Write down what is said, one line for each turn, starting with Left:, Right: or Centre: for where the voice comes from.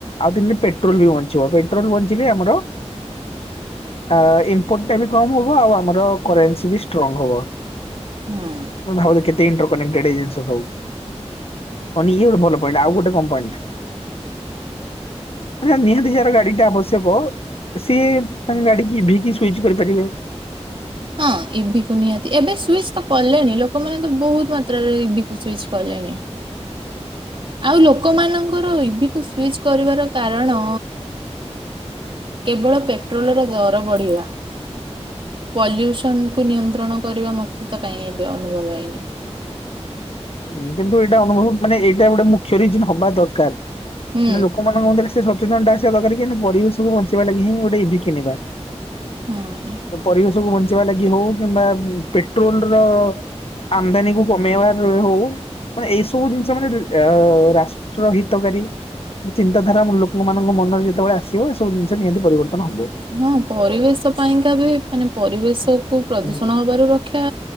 Left: ଆଉ <unintelligible> ପେଟ୍ରୋଲ ବି ବଞ୍ଚିବ ପେଟ୍ରୋଲ ବଞ୍ଚିଲେ ଆମର ଆ ଇମ୍ପୋର୍ଟଟା ବି କମ ହବ ଆଉ ଆମର କରେନ୍ସି ବି ଷ୍ଟ୍ରଙ୍ଗ ହବ।
Right: ହୁଁ
Left: ମୁଁ ଭାବୁଥିଲି କେତେ ଇଣ୍ଟୋ କନେକ୍ଟେଡ ହେଇଯାଉଚି ଇଏ ଗୋଟେ ଭଲ ପଏଣ୍ଟ ଆଉ ଗୋଟେ କଣ ପଏଣ୍ଟ ଆ ନିହାତି ଯାହାର ଗାଡି ଟା ଆବଶ୍ୟକ ସିଏ ତାଙ୍କ ଗାଡିକି ବି କି ସୁଇଚ କରି ପାରିବେ
Right: ହଁ ଇଭିି କୁ ନିହାତି ଏବେ ସୁଇଚ ତ କଲେଣି ଲୋକମାନେ ତ ବହୁତ ମାତ୍ରାରେ ଇଭିି କୁ ସୁଇଚ କଲେଣି
Left: ହଁଁ
Right: ଆଉ ଲୋକମାନଙ୍କର ଇଭିି କୁ ସୁଇଚ କରିବାର କାରଣ କେବଳ ପେଟ୍ରୋଲର ଦର ବଢ଼ିବା ପଲ୍ୟୁସନକୁ ନିୟନ୍ତ୍ରଣ କରିବା ମତେ ତ କାଇଁ ଏବେ ଅନୁଭବ ହେଇନି।
Left: ହୁଁ କିନ୍ତୁ ଏଇଟା ଅନୁଭବ ମାନେ ଏଇଟା ଗୋଟେ ମୁଖ୍ୟ ରିଯିନ ହବା ଦରକାର ହେଲେ
Right: ହୁଁ
Left: ଲୋକ ମାନଙ୍କ ମଧ୍ୟରେ ସେ ସଚ୍ ସଚେତନ ଟା ଆସିବା ଦରକାର କି ପରିବେଶକୁୁ ବଞ୍ଚେଇ ବା ଲାଗି ହିଁ ଗୋଟେ ଇଭି କିଣିବା।
Right: ହୁଁ।
Left: ପରିବେଶକୁ ବଞ୍ଚେଇବା ଲାଗି ହଉ କିମ୍ବା ପେଟ୍ରୋଲ
Right: ହୁଁ।
Left: ର ଆମଦାନୀ କୁ କମେଇବା ହଉ ବା ଏଇ ସବୁ ଜିନିଷ ମାନେ ଆ ରାଷ୍ଟ୍ର ହିତକାରୀ ଚିନ୍ତାଧାରା ଲୋକମାନଙ୍କ ମନରେ ଯେତେବେଳେ ଆସିବ ଏସବୁ ଜିନିଷ ନିହାତି ପରିବର୍ତ୍ତନ ହବ।
Right: ହଁ ପରିବେଶ ପାଇଁକା ବି ମାନେ ପରିବେଶ କୁ ପ୍ରଦୂଷଣ
Left: ହୁଁ ହୁଁ
Right: ହବାରୁ ରକ୍ଷା